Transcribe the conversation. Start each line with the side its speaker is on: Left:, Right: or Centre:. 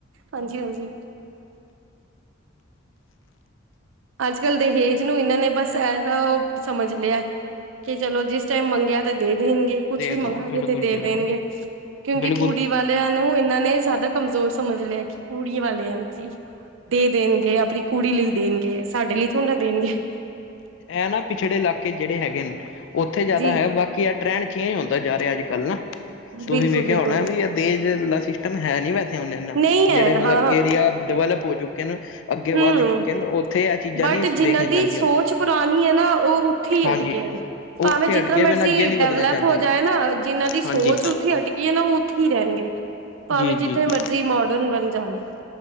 Right: ਹਾਂਜੀ-ਹਾਂਜੀ। ਅੱਜ-ਕੱਲ ਦਹੇਜ ਨੂੰ ਏਨਾਂ ਨੇ ਬਸ ਏਹਦਾ ਓ ਸਮਝ ਲਿਆ ਕਿ ਚਲੋ, ਜਿਸ ਟਾਈਮ ਮੰਗਿਆ ਤਾਂ ਦੇ ਦੇਣਗੇ। ਕੁਛ
Left: ਦੇ
Right: ਵੀ
Left: ਦੋ
Right: ਮੰਗੂਗੇ
Left: ਬਿਲਕੁਲ
Right: ਤੇ ਦੇ
Left: ਬਿਲਕੁਲ
Right: ਦੇਣਗੇ, ਕਿਉਂਕਿ
Left: ਬਿਲਕੁਲ
Right: ਕੁੜੀ ਵਾਲੇ ਨੂੰ ਏਨਾਂ ਨੇ ਜ਼ਿਆਦਾ ਕਮਜ਼ੋਰ ਸਮਝ ਲਿਆ ਕਿ ਕੁੜੀ ਵਾਲੇ ਕੀ ਦੇ ਦੇਣਗੇ ਆਪਣੀ ਕੁੜੀ ਲਈ ਦੇਣਗੇ, ਸਾਡੇ ਲਈ ਥੋੜੀ ਨਾ ਦੇਣਗੇ।
Left: ਐ ਨਾ ਪਿਛੜੇ ਇਲਾਕੇ ਜੇੜੇ ਹੈਗੇ ਨੇ, ਉੱਥੇ ਜ਼ਿਆਦਾ
Right: ਜੀ।
Left: ਹੈ ਬਾਕੀ ਟ੍ਰੈਂਡ ਚੇਂਜ ਹੁੰਦਾ ਜਾ ਰਿਹਾ। ਅੱਜ-ਕੱਲ ਨਾ
Right: ਬਿਲਕੁਲ
Left: ਤੁਸੀਂ ਵੇਖਿਆ
Right: ਬਿਲਕੁਲ
Left: ਹੋਣਾ
Right: ਬਿਲਕੁਲ
Left: ਵੀ ਇਹ ਦਹੇਜ-ਵਹੇਜ ਵਾਲਾ ਸਿਸਟਮ ਹੈ ਨੀ ਵੈਸੇ ਹੁਨ ਏਨਾ,
Right: ਨਹੀਂ ਹੈ
Left: ਜੇੜੇ ਮਤਲਬ
Right: ਹਾਂ
Left: ਏਰੀਆ ਡਿਵੈਲਪ ਹੋ ਚੁੱਕੇ ਨੇ। ਅੱਗੇ
Right: ਹੂੰ
Left: ਵੱਧ ਚੁੱਕੇ ਨੇ ਉੱਥੇ ਇਹ ਚੀਜ਼ਾਂ
Right: ਬਟ
Left: ਨਹੀਂ
Right: ਜਿੰਨਾਂ
Left: ਵੇਖੀਆਂ ਜਾਂਦੀਆਂ
Right: ਦੀ ਸੋਚ ਪੁਰਾਨੀ ਐ ਨਾ, ਓ ਓਥੇ ਈ
Left: ਹਾਂਜੀ
Right: ਅਟਕੇ ਨੇ। ਭਾਵੇਂ
Left: ਉੱਥੇ
Right: ਜਿਤਨਾ
Left: ਅਟਕੇ
Right: ਮਰਜ਼ੀ
Left: ਪਏ ਨੇ ਅੱਗੇ ਨੀ
Right: ਡਿਵਲੈਪ
Left: ਵਧਣਾ ਚਾਹੁੰਦੇ
Right: ਹੋ
Left: ਉਹ
Right: ਜਾਏ ਨਾ, ਜਿਨਾਂ ਦੀ
Left: ਹਾਂਜੀ
Right: ਸੋਚ ਓਥੇ ਈ ਅਟਕੀ ਐ ਨਾ ਓ ਓਥੇ ਈ ਰਹਿਨਗੇ, ਭਾਵੇਂ
Left: ਜੀ
Right: ਜਿਤਨੇ
Left: ਜੀ ਜੀ
Right: ਮਰਜ਼ੀ ਮੋਡਰਨ ਬਨ ਜਾਓ।